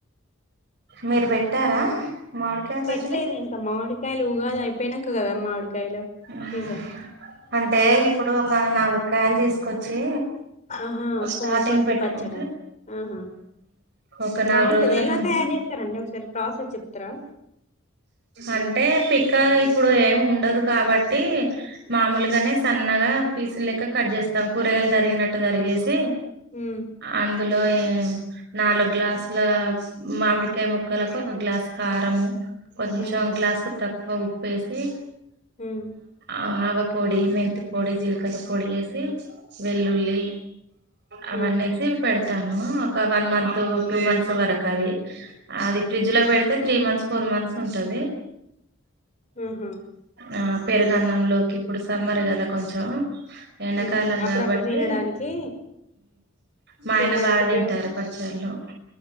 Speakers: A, on the right; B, on the left.
A: మీరు పెట్టారా మామిడికాయ
B: పెట్టలేదు
A: పచ్చడి
B: ఇంకా మామిడికాయలు ఉగాది అయిపోయినాక కదా మామిడికాయలు
A: ఉహు.
B: సీజన్
A: అంటే ఇప్పుడు ఒక నాలుగు కాయలు తీసుకు కొచ్చి
B: ఆహా
A: స్టార్టింగ్
B: కొ కొద్ది
A: పెట్టుకుంటే
B: పచ్చడా ఆహా
A: ఒక ఆ
B: బాగుంటది
A: నాలుగు రోజులు
B: ఎలా
A: మందం
B: తయారు చేస్తారండి ఒకసారి ప్రాసెస్ చెప్తారా
A: అంటే పి ఇంకా ఇప్పుడు ఏమి ఉండదు కాబట్టి మామూలుగానే సన్నగా పీసులు లెక్క కట్ చేస్త కకూరయలు తరిగినట్టుగా దరిగేసి అం
B: ఉమ్
A: అందులో ఏ నాలుగు గ్లాసుల మామిడికాయ ముక్కలకు ఒక గ్లాసు కారము కొంచం
B: ఉమ్
A: గ్లాస్కు తక్కువ ఉ వేసి
B: ఉమ్
A: ఆ ఆవ పొడి మెంతి పొడి జీలక్ర పొడి వేసి వెల్లుల్లీ అవన్నేసి
B: ఉమ్
A: పెడతాను ఒక వన్ మంత్ టూ మంత్స్ వరకు అది అది ఫ్రిడ్జ్ లో పెడితే త్రీ మంత్స్ ఫోర్ మంత్స్ ఉంటంది
B: ఆహా
A: ఆ పెరుగ అన్నంలోకి ఇప్పుడు సమ్మరు కదా కొంచెం
B: ఉమ్
A: కాలం
B: అప్పుడప్పుడు
A: కాబట్టి
B: తినడానికి
A: మా
B: తినడానికి
A: ఆయన బాగా
B: ఉపయోగ
A: తింటారు పచ్చళ్ళు